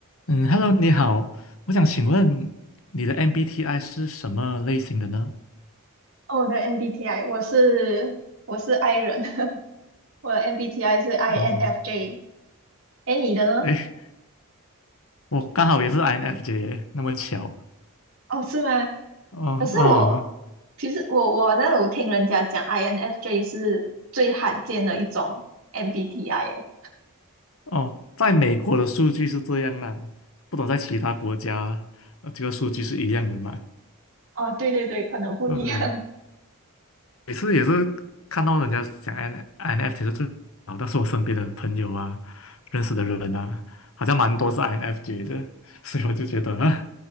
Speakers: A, on the left (about 65°); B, on the right (about 65°).
A: 嗯，Hello，你好，我想请问你的 MBTI 是什么类型的呢？
B: 哦，我的 MBTI 我是我是 I 人，<laughs> 我的 MBTI 是 INFJ。
A: 哦，
B: 哎，你的呢？
A: 诶，我刚好也是 INFJ，那么巧。
B: 哦，是吗？
A: 哦哦
B: 可是我其实我我那我听人家讲 INFJ 是最罕见的一种 MBTI 诶。
A: 哦，在美国的数据是这样啦，不懂在其他国家，呃，这个数据是一样的嘛？
B: 哦，对对对，可能不一样。
A: 对，每次也是看到人家讲 IN INFJ 是最好，但是我身边的朋友啊，认识的人啊，好像蛮多是 INFJ 的，所以我就觉得，啊，